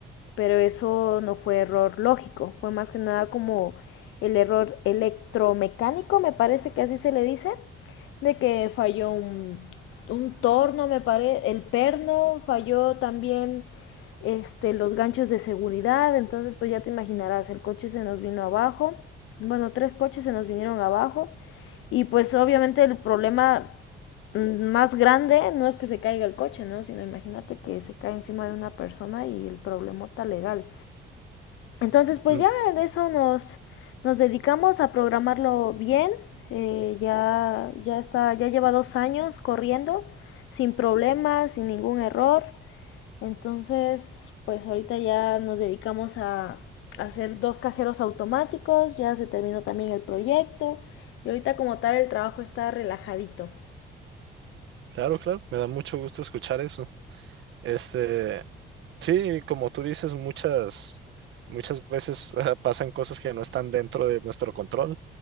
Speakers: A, on the left; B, on the right.
A: pero eso no fue error lógico, fue más que nada como el error electromecánico, me parece que así se le dice, de que falló un, un torno, me parece, el perno, falló también este, los ganchos de seguridad, entonces pues ya te imaginarás, el coche se nos vino abajo, bueno, tres coches se nos vinieron abajo y pues obviamente el problema mm, más grande no es que se caiga el coche, ¿no? Sino imagínate que se cae encima de una persona y el problemota legal. Entonces, pues
B: Mm,
A: ya en eso nos, nos dedicamos a programarlo bien. eh, ya, ya está, ya lleva dos años corriendo, sin problemas, sin ningún error. Entonces, pues ahorita ya nos dedicamos a hacer dos cajeros automáticos, ya se terminó también el proyecto y ahorita como tal el trabajo está relajadito.
B: Claro, claro, me da mucho gusto escuchar eso. Este, sí, como tú dices, muchas, muchas veces <laughs> ah, pasan cosas que no están dentro de nuestro control